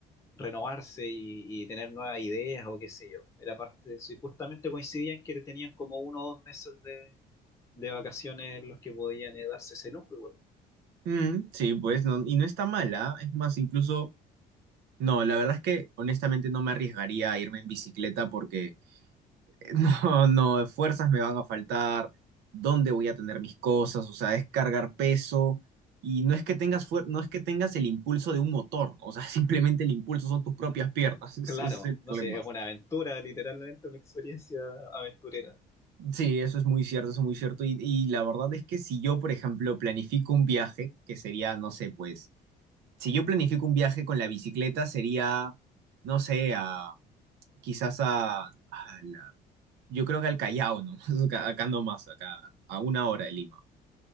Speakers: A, on the left (about 15°); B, on the right (about 80°).
A: renovarse y, y tener nuevas ideas o qué sé yo. Era parte de eso. Y justamente coincidían que tenían como uno o dos meses de, de vacaciones en los que podían eh, darse ese lujo. igual.
B: mm, sí, pues, no, y no está mala, es más, incluso... No, la verdad es que honestamente no me arriesgaría a irme en bicicleta porque eh, <laughs> no, no, fuerzas me van a faltar, dónde voy a tener mis cosas, o sea, es cargar peso y no es que tengas fuer- no es que tengas el impulso de un motor, ¿no? O sea, <laughs> simplemente el impulso son tus propias piernas, es-
A: Claro,
B: ese es el problema.
A: no sé, es una aventura, literalmente una experiencia aventurera.
B: Sí, eso es muy cierto, eso es muy cierto y, y la verdad es que si yo, por ejemplo, planifico un viaje, que sería, no sé, pues si yo planifico un viaje con la bicicleta, sería, no sé, a, quizás a, a la- yo creo que al Callao, ¿no? <laughs> Acá, acá nomás, acá, a una hora de Lima.